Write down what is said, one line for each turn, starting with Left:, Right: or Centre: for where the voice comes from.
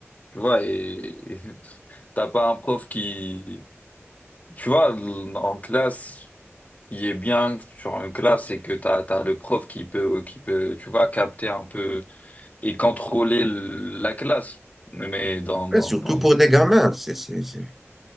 Left: Tu vois, et <laughs> et t'as pas un prof qui, tu vois, l- en classe, il est bien sur une classe, c'est que t'as, t'as le prof qui peut, qui peut, tu vois, capter un peu et contrôler l- la classe. Mais dans, dans,
Centre: Et surtout
Left: dans,
Centre: pour des gamins, c'est, c'est, c'est-